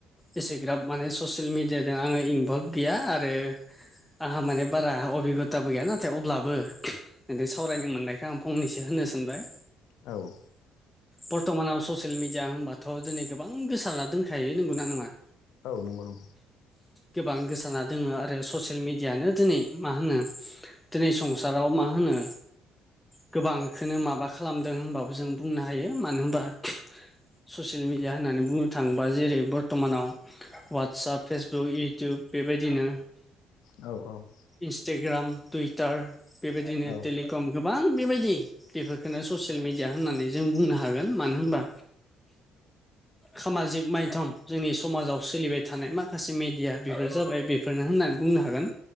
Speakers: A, in the centre; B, on the left.
A: एसेग्राब माने ससियेल मिडियाजों आङो इनभल्भ गैया आरो आंहा माने बारा अबिगथाबो गैया नाथाय अब्लाबो नोंजों सावरायनो मोननायखाय आं फंनैसो होन्नो सानबाय।
B: औ
A: बर्थ'मानाव ससियेल मिडिया होनबाथ' दिनै गोबां गोसारना दोनखायो नंगौना नङा
B: औ नंगौ नंगौ
A: गोबां गोसाना दङ आरो ससियेल मिडियानो दिनै मा होनो दिनै संसाराव मा होनो गोबांखौनो माबा खालामदों होनबाबो जों बुंनो हायो मानो होनबा ससियेल मिडिया होननानै बुंनो थाङोबा जेरै बर्त मानाव ववाटसप फेसबुक इउटुब बेबायदिनो
B: औ औ
A: इन्स्टाग्राम टुइटार बेबायदिनो
B: औ
A: टेलिकम गोबां बेबायदि बेफोरखोनो ससियेल मिडिया होननानै जों बुंनो हागोन मानो होनबा सामाजिक माइधम जोंनि समाजाव सोलिबाय थानाय माखासे मेडिया बेफोर जाबाय बेफोरनो होननानै बुंनो हागोन।